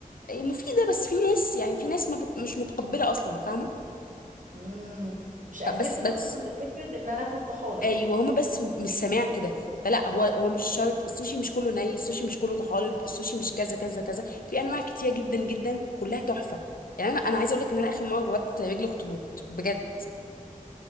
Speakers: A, on the left (about 80°); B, on the right (about 65°).
A: إيه، مفيده بس في ناس يعني في ناس ما بت... مش متقبله اصلا فاهمه
B: امم مش اكسبتد
A: فبس بس
B: اصلا فكره ان انا اكل طحالب
A: ايوه هما بس مش سامع كده فلا هو هو مش شرط السوشي مش كله ني السوشي مش كله طحالب السوشي مش كذا كذا كذا في انواع كتيره جدا جدا كلها تحفه يعني انا انا عايزه اقول لك ان انا اخر مره جربت رجل اخطبوط بجد